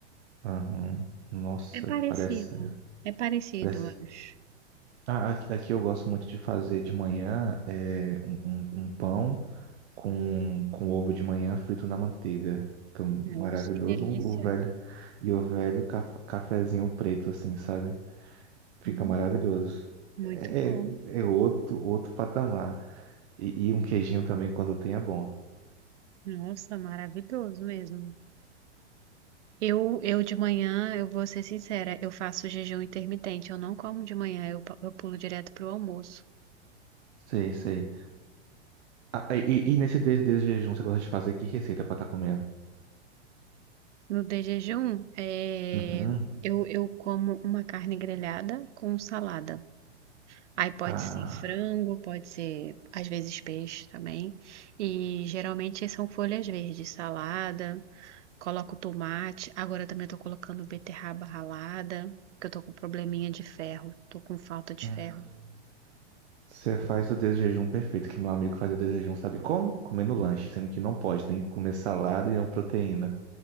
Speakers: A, on the right; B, on the right.
A: aham. Nossa,
B: É parecido,
A: parece,
B: é parecido,
A: parece.
B: eu acho.
A: Ah, aqui, aqui eu gosto muito de fazer de manhã é, um, um- um pão. com, com ovo de manhã frito na manteiga. Que é um
B: Nossa,
A: maravilhoso,
B: que delícia.
A: um- o velho. E o velho caf- cafezinho preto, assim, sabe? Fica
B: Hum,
A: maravilhoso.
B: muito
A: É,
B: bom.
A: é é outro, outro patamar. E, e um queijinho também, quando tem, é bom.
B: Nossa, maravilhoso mesmo. Eu, eu de manhã, eu vou ser sincera, eu faço jejum intermitente, eu não como de manhã, eu, pa- eu pulo direto pro almoço.
A: Sei, sei. Ah, e, e nesse desde de jejum, você gosta de fazer que receita pra estar comendo?
B: No de jejum, é,
A: Uhum.
B: eu, eu como uma carne grelhada com salada. Aí pode
A: Ah,
B: ser frango, pode ser às vezes peixe também. E geralmente são folhas verdes, salada, coloco tomate. Agora também tô colocando beterraba ralada, porque eu tô com probleminha de ferro, tô com falta de
A: hum.
B: ferro.
A: Você faz o desjejum perfeito, que meu amigo faz o desjejum, sabe como? Comendo lanche, sendo que não pode, tem que comer salada e é uma proteína.